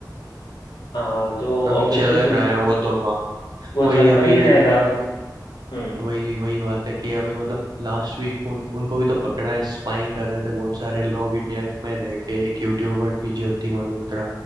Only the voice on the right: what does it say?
अभी
चल रहा
है वो तो हाँ
वही
अभी
कितने
मतलब
वही वही बात है कि अभी मतलब लास्ट वीक उन, उनको भी तो पकड़ा है स्पाइंग कर रहे थे बहुत सारे लोग इंडिया में रह के एक यूट्यूबर थी ज्योति मल्होत्रा